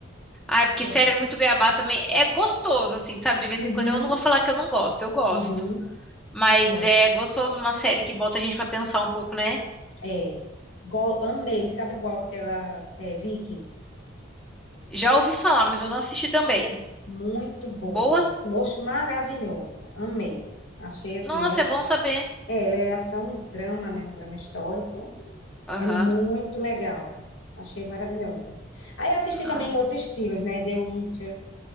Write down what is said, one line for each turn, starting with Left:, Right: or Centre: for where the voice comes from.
Centre: Ah, é porque
Left: Gosto.
Centre: série é muito beabá também. É gostoso, assim, sabe? De vez
Left: Uhum,
Centre: em quando eu não vou falar que eu não gosto, eu gosto.
Left: uhum,
Centre: Mas
Left: gosto.
Centre: é gostoso uma série que bota a gente pra pensar um pouco, né?
Left: É. Go- amei, sabe qual aquela é, Vikings?
Centre: Já ouvi falar, mas eu não assisti também.
Left: Muito boa,
Centre: Boa?
Left: Vikings. Moço, maravilhosa. Amei. Achei assim,
Centre: Nossa,
Left: ela,
Centre: é
Left: é,
Centre: bom saber.
Left: ela é ação, drama, né? Um drama histórico.
Centre: Aham.
Left: É muito legal. Achei maravilhosa. Aí assisti
Centre: Ah,
Left: também outros estilos, né? The Witcher,